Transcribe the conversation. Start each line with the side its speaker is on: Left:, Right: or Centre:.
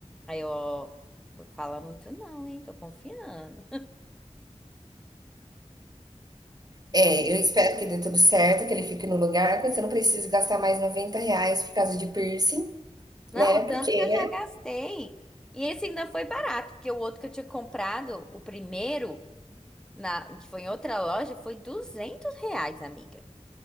Centre: Aí, eu, ó, tu fala muito não, hein? Tô confiando.
Right: É,
Centre: Por-
Right: eu espero que dê tudo certo, que ele fique no lugar, que você não precise gastar mais 90 reais por causa de piercing,
Centre: Não,
Right: né?
Centre: o tanto
Right: Porque,
Centre: que eu
Right: né?
Centre: já gastei. E esse ainda foi barato, porque o outro que eu tinha comprado, o primeiro, na, que foi em outra loja, foi 200 reais, amiga.